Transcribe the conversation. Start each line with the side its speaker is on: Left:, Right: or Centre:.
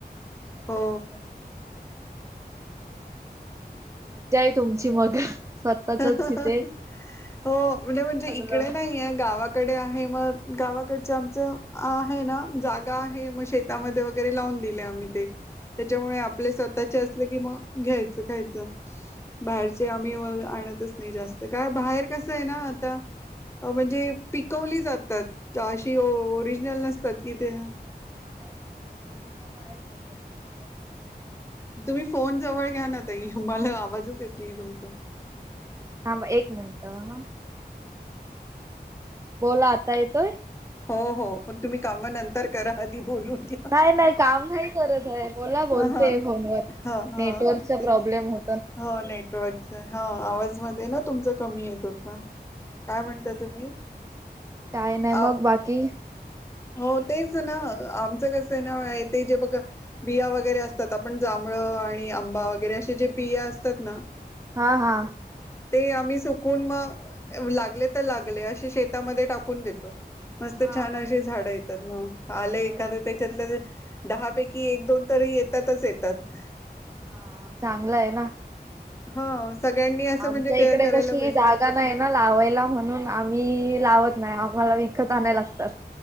Right: फणस
Left: हो
Right: वगैरे मज्जा, आहे तुमची मग स्वतःचच
Left: ह, ह,
Right: इथे
Left: ह, ह,
Right: समोरासमोर
Left: हो म्हणजे म्हणजे
Right: सगलं
Left: इकडे नाही आहे गावा कडे आहे, मग गावाकडचं आमचं आहे ना जागा
Right: हा
Left: आहे म शेतामध्ये वगैरे लावून दिले आम्ही ते, त्याच्यामुळे आपले स्वतःचे असलं की, म घ्यायचं, खायचं बाहेरचे आम्ही <unintelligible> नाही जास्त काय बाहेर कसं हाय ना आता, अ म्हणजे पीकवली जातात की ओरिजनल नसतात कि ते
Right: त्यात ओरिजनल नायच भेटत, काय आता
Left: तुम्ही फोन जवळ घ्या ना ताई, मला आवाजच येत नाहीय तुमचा.
Right: थांबा, एक मिनट हं बोला, आता येतोय?
Left: हो, हो पण तुम्ही काम नंतर करा, आधी बोलून घ्या
Right: नाय, नाय, काम नाही करत आहे बोला बोलतेय
Left: हा
Right: फोनवर,
Left: हा हा
Right: नेटवर्कचा
Left: ते
Right: प्रॉब्लेम होत
Left: हो, नेटवर्कचा, हो आवाजमध्ये ना तुमच कमी येत होता, काय म्हणता तुम्ही?
Right: काय नाय मग,
Left: आ
Right: बाकी
Left: हो, तेच ना, आमचं कस आहे ना ते जे बघा बिया वगैरे असतात आपण जां
Right: ह <unintelligible>
Left: आणि आंबा वगैरे, असे जे बिया असतात ना
Right: हा, हा
Left: ते आम्ही सुकून म, लागले तर लागले असे शेतामध्ये टाकून देतो. मस्त,
Right: हा
Left: छान,
Right: मग
Left: अशी झाडं येतात म आलं
Right: झाड
Left: एखादं त्याच्यातलं ते दहापैकी, एक, दोन तरी येतातच येतात.
Right: हा, चांगलं आहे ना?
Left: हा सगळ्यांनी असं
Right: आमच्या
Left: म्हणजे काय
Right: इकडे
Left: करायला
Right: कशी
Left: पाहिजे
Right: जागा नाही ना लावायला म्हणून आम्ही लावत नाय मला विकत आणायला लागतात,